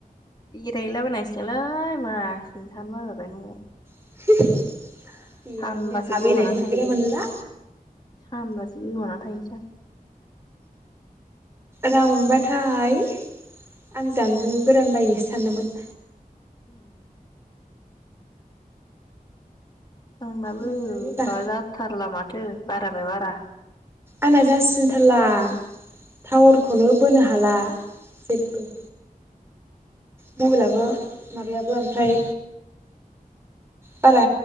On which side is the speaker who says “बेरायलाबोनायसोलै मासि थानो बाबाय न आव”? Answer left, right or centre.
Left